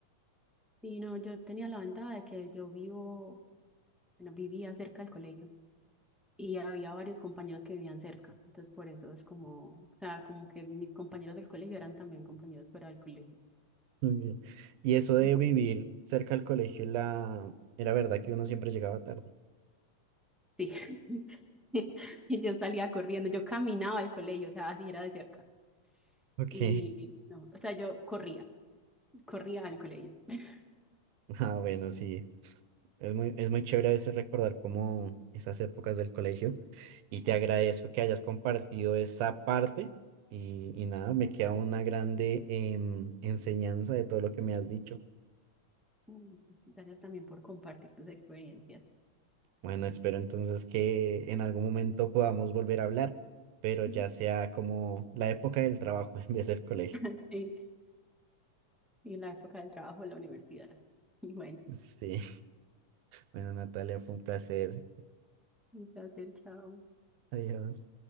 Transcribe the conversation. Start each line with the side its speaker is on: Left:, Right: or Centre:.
Centre: Sí, no, yo tenía la ventaja de que yo vivo, bueno, vivía cerca del colegio y había varios compañeros que vivían cerca. Entonces, por eso es como, o sea, como que mis compañeros del colegio eran también compañeros fuera del colegio.
Right: Ok. Y eso de
Centre: Ujú.
Right: vivir cerca al colegio, la... era verdad que uno siempre llegaba tarde.
Centre: Sí. <laughs> Y yo salía corriendo, yo caminaba al colegio, o sea, así era de cerca.
Right: Ok,
Centre: Y no, o sea, yo corría, corría al colegio. <laughs>
Right: <laughs> ah, bueno, sí, es muy, es muy chévere a veces recordar como esas épocas del colegio. Y te
Centre: Ujú.
Right: agradezco que hayas compartido esa parte y, y nada, me queda una grande em, enseñanza de todo lo que me has dicho.
Centre: Mm, Gracias también por compartir tus experiencias.
Right: Bueno, espero entonces que en algún momento podamos volver a hablar, pero
Centre: Ujú.
Right: ya sea como la época del trabajo <laughs> en vez del colegio.
Centre: <laughs> Sí. Y la época del trabajo, la universidad. <laughs> Bueno.
Right: Sí, bueno, Natalia, fue un placer.
Centre: Un placer, chao.
Right: Adiós.